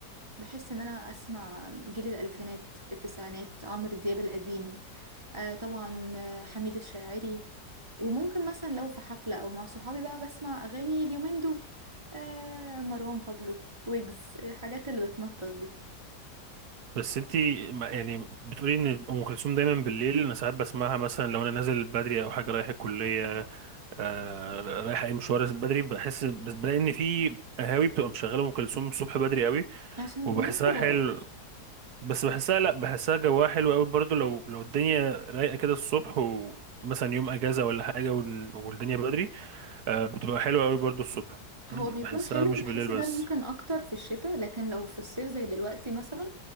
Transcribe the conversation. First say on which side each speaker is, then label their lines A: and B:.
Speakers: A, on the right (about 15°); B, on the right (about 65°).
A: بحس ان انا اسمع جيل الالفينات التسعينات عمرو دياب القديم آه طبعا آه، حميد الشاعري وممكن مثلا لو في حفلة او مع صحابي بقى بسمع اغاني اليومين دول آه مروان بابلو ويجز الحاجات اللي بتنطط دي
B: بس انت ما- يعني بتقولي ان ام كلثوم دايما بالليل انا ساعات بسمعها مثلا لو انا نازل بدري او حاجه رايح الكليه آه رايح اي مشوار بدري بحس بس بلاقي ان في قهاوي بتبقى مشغله ام كلثوم الصبح بدري قوي
A: عشان نكون
B: وبحسها
A: ناس كبار
B: حلو بس بحسها لا بحسها جواها حلو قوي برضو لو لو الدنيا رايقه كده الصبح ومثلا يوم اجازه ولا حاجه وال- والدنيا بدري آه، بتبقى حلوة قوي برضو الصبح
A: هو
B: يعني
A: بيكون
B: بحسها
A: حلو
B: مش
A: بحس
B: بالليل بس
A: ده ممكن اكتر في الشتاء لكن لو في الصيف زي دلوقتي مثلا